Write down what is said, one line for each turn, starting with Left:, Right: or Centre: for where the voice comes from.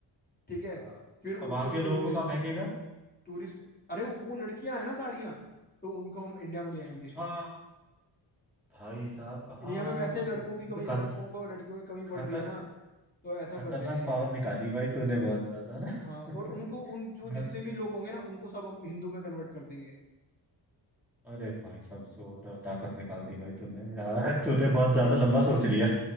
Left: ठीक है
Centre: हाँ
Left: फिर उसको
Centre: अब वहां के
Left: भी टूरिस्ट
Centre: लोगों को कहाँ फेंकेगा
Left: टूरिस्ट अरे वो लड़कियां हैं ना सारियां तो उनको हम इंडिया में ले आएंगे
Centre: अच्छा भाई साहब कहाँ
Left: इंडिया में वैसे
Centre: का
Left: लड़कों
Centre: दिमाग
Left: की कमी
Centre: ये तो ख-
Left: लड़कों को लड़कियों की कमी पड़
Centre: खतर
Left: रही है ना तो ऐसा
Centre: खतरनाक
Left: कर देंगे
Centre: पावर निकाली भाई तूने बहुत ज्यादा ना
Left: हाँ और
Centre: <laughs>
Left: उनको उन जो
Centre: मैं
Left: जितने भी लोग होंगे ना उनको सब हम हिंदू में कन्वर्ट कर देंगे
Centre: अरे भाई साहब जोरदार ताकत निकाल दी भाई तूने यार <laughs> तूने बहुत
Left: भाई
Centre: ज्यादा लंबा सोच लिया